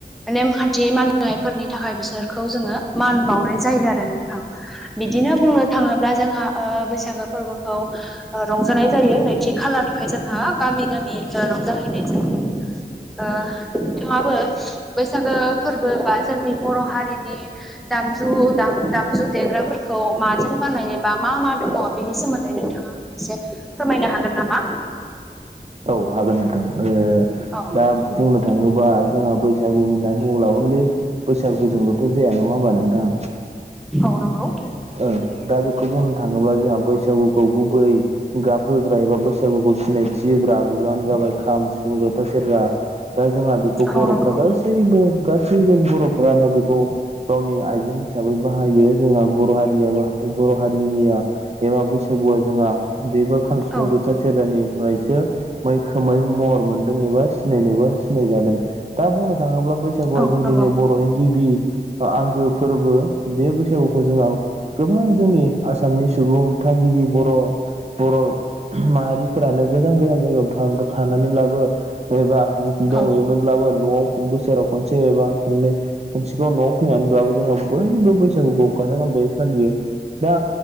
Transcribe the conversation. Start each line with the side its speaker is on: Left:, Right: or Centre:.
Centre: नेमखान्थि मानिनायफोरनि थाखाय बिसोरखौ जोङो मान बावनाय जायो आरो नों थां बिदिनो बुंनो थाङोब्ला जोंहा ओ बैसागो फोरबोखौ ओ रंजानाय जायो नैथि खालारनिफ्राय जोंहा गामि गामि ओ रंजाहैनाय जायो आरो। ओ बिथांयाबो बैसागो फोरबो बा जोंनि बर' हारिनि दामजु दा दामजु देग्राफोरखौ माजों बानाय बा मा मा दङ बेनि सोमोन्दै नोंथाङा एसे फोरमायनो हागोन नामा
Right: औ हागोन नोंथां ओ
Centre: औ
Right: दा बुंनो थाङोबा जोंहा बैसागु होननानै बुङोब्ला अनलि बैसागुजोंल'थ' जाया नङा हबा नोंथां
Centre: औ नंगौ
Right: ओं दा बेखौ बुंनो थाङोब्ला जोंहा बैसागुखौ गुबै गाब होग्रा एबा बैसागुखौ सिनायथि होग्रा आगजुआनो जाबाय खाम सिफुं जथा सेरजा दा जोंहा बेखौ बर'फोरा
Centre: औ नंगौ
Right: गासि गासैबो गासैबो बर'फोरानो बेखौ गावनि आइजें हिसाबै बाहायो जोंहा बर' हारिया बर' हारिनिया एबा बैसागुआ जोंहा बेफोर खाम सिफुं
Centre: औ
Right: जथा सोरजानिफ्रायसो मैखोमै महर मोनदों एबा सिनायनोबो सिनाय जादों। दा बुंनो थाङोब्ला बै बैसागुआ
Centre: औ
Right: जोंनिनो
Centre: नंगौ
Right: बर'नि गिबि आंगो फोरबो बे बैसागु गोबां जोंनि आसामनि सुबुं थागिबि बर' बर' माहारिफोरानो गोजान गोजान जायगायाव थानानैब्लाबो एबा दंहैयोमोनब्लाबो
Centre: औ
Right: नआव बोसोराव खनसे एबा खननै मोननसेखौाव न'आव फैनानैब्लाबो जोंहा बयबो बैसागुखौ गाजा गोमजायै फालियो। दा